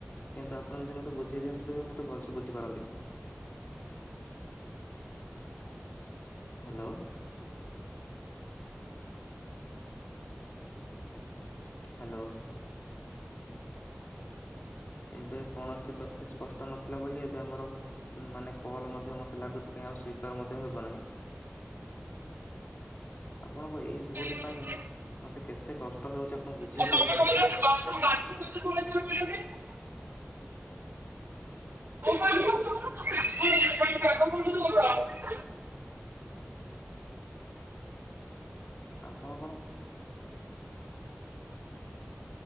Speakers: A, on the left; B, on the right.
A: କିନ୍ତ ଆପଣ ଯଦି ମତେ ବୁଝେଇ ଦିଅନ୍ତି ତେବେ ମୁଁ ଟିକେ ଭଲସେ ବୁଝିପାରନ୍ତି। ହାଲୋ। ହାଲୋ। ଏବେ କୌଣସି ବ୍ୟକ୍ତି ସ୍ପଷ୍ଟ ନଥିଲା ବୋଲି ଏବେ ଆମର ମାନେ କଲ୍ ମଧ୍ୟ ମତେ ଲାଗୁଛି କାହିଁ ଆଉ ସ୍ଵିକାର ମଧ୍ୟ ହେବ ନାହିଁ। ଆପଣଙ୍କ ଏଇ ଭୁଲ
B: ହେଇଥିଲେ।
A: ପାଇଁ ମତେ କେତେ କଷ୍ଟ ହେଉଚି ଆପଣ ବୁଝିହିପାରୁଛନ୍ତି?
B: ହଉ <inaudible> ହଉ
A: ଆପଣ କଣ